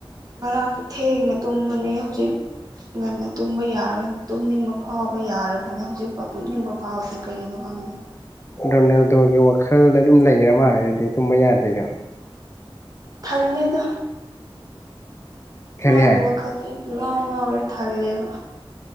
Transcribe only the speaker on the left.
ꯗꯣꯅꯦꯜꯗꯣꯒꯤ ꯋꯥꯈꯜꯗ ꯑꯗꯨꯝ ꯂꯩꯈꯔ ꯃꯥꯜꯂꯦ ꯑꯗꯨꯗꯤ ꯇꯨꯝꯕ ꯌꯥꯗ꯭ꯔꯤꯗꯣ
ꯀꯔꯤ